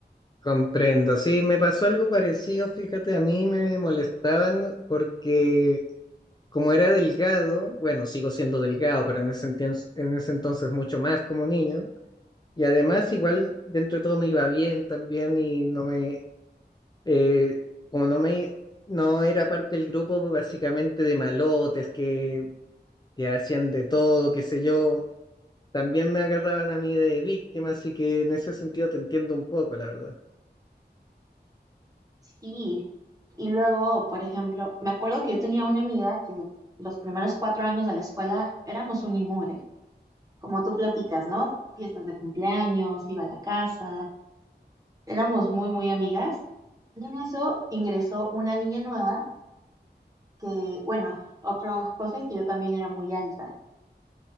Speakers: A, on the left (about 25°); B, on the right (about 20°).
A: Comprendo, sí, me pasó algo parecido, fíjate, a mí me molestaban porque como era delgado, bueno, sigo siendo delgado, pero en ese entien- en ese entonces mucho más como niño, Y además, igual dentro de todo me iba bien también y no me, eh, como no me, no era parte del grupo básicamente de malotes que, que hacían de todo, qué sé yo, también me agarraban a mí de víctima, así que en ese sentido te entiendo un poco, la verdad.
B: Sí. Y luego, por ejemplo, me acuerdo que yo tenía una amiga que los primeros cuatro años de la escuela éramos un y mugre, como tú platicas, ¿no? Fiestas de cumpleaños, iba a la casa, éramos muy, muy amigas. Y en eso ingresó una niña nueva que, bueno, otra cosa es que yo también era muy alta,